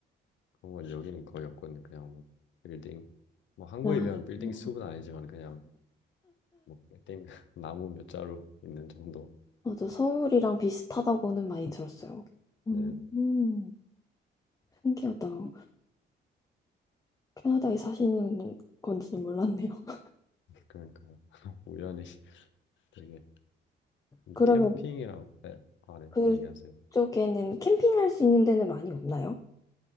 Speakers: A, on the left; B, on the left.
A: 그런 건 여기는 거의 없거든요. 그냥 뭐 빌딩 뭐 한국에
B: 아,
A: 비하면 빌딩
B: 어,
A: 숲은 아니지만 그냥 뭐 빌딩 <laughs> 나무 몇 자루 있는 정도.
B: 맞아. 서울이랑 비슷하다고는 많이 들었어요. 음,
A: 네
B: 음. 신기하다. 캐나다에 사시는 건지는 몰랐네요. <laughs>
A: 그러니까요. <laughs> 우연히 되게
B: 그러면
A: 캠핑이랑 네, 아 네
B: 그쪽에는
A: 얘기하세요.
B: 캠핑할 수 있는 데는 많이 없나요?